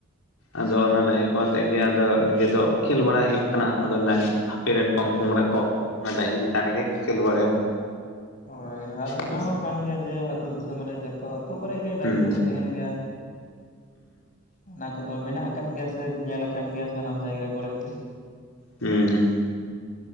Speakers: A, on the left; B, on the left.
A: ᱟᱫᱚ ᱚᱱᱟ ᱰᱟᱹᱦᱤ ᱠᱚ ᱟᱛᱮᱜ ᱜᱮ ᱟᱫᱚ ᱱᱤᱡᱮ ᱫᱚ ᱠᱷᱮᱞ ᱵᱟᱲᱟ ᱦᱩᱭᱩᱜ ᱠᱟᱱᱟ ᱟᱫᱚ ᱦᱟᱯᱮ ᱨᱮᱱ ᱯᱚᱝᱼᱯᱚᱝᱜᱲᱟ ᱠᱚ᱾ ᱚᱱᱟ ᱰᱟᱦᱤ ᱪᱮᱛᱟᱱ ᱨᱮᱜᱮ ᱠᱚ ᱠᱷᱮᱞ ᱵᱟᱲᱟᱭᱟ᱾
B: ᱦᱳᱭ ᱟᱨ
A: ᱦᱮᱸ
B: ᱚᱱᱟ ᱦᱚᱸ ᱠᱟᱱ ᱜᱮᱭᱟ ᱡᱮ ᱟᱹᱛᱳ ᱫᱤᱥᱚᱢ ᱨᱮ ᱡᱚᱛᱚ᱾ ᱡᱚᱛ ᱠᱚᱨᱮ ᱜᱮ ᱰᱟᱹᱦᱤ
A: ᱦᱩᱸ
B: ᱠᱚᱫᱚ ᱛᱟᱦᱮᱱ ᱜᱮᱭᱟ ᱚᱱᱟ ᱠᱚᱫᱚ ᱢᱮᱱᱟᱜ ᱟᱠᱟᱫ ᱜᱮᱭᱟ᱾ ᱥᱮ ᱧᱮᱞ ᱟᱠᱟᱱ ᱜᱮᱭᱟ ᱥᱟᱱᱟᱢ ᱡᱟᱭᱜᱟ ᱠᱚᱨᱮ ᱜᱮ᱾
A: ᱦᱩᱸ ᱦᱩᱸ᱾